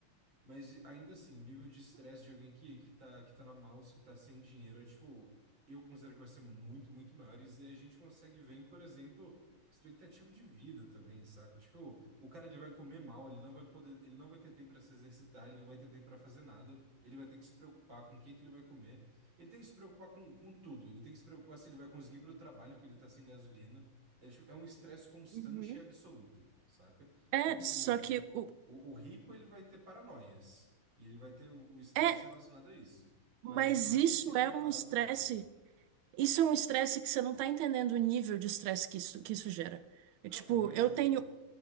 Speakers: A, on the right (about 65°); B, on the right (about 80°).
A: Mas ainda assim, o nível de estresse de alguém que, que tá, que tá na mouse, que tá sem dinheiro, é, tipo, eu considero que vai ser muito, muito maior. E a gente consegue ver, em, por exemplo, expectativa de vida também, saca? Tipo, o cara ele vai comer mal, ele não vai poder, ele não vai ter tempo para se exercitar, ele não vai ter tempo para fazer nada, ele vai ter que se preocupar com o que que ele vai comer. Ele tem que se preocupar com, com tudo, ele tem que se preocupar se ele vai conseguir ir pro trabalho, porque ele tá sem gasolina. É, tipo, é um estresse constante
B: Uhum.
A: e absoluto, saca?
B: É,
A: O,
B: só
A: o-
B: que o
A: o, o rico ele vai ter paranoias e ele vai ter o o estresse
B: é,
A: relacionado a isso.
B: mas
A: Mas eu não acho
B: isso
A: que se compara
B: é um estresse.
A: ao do pobre.
B: Isso é um estresse que você não tá entendendo o nível de estresse que isso que isso gera. É,
A: Não,
B: tipo,
A: eu imagino.
B: eu tenho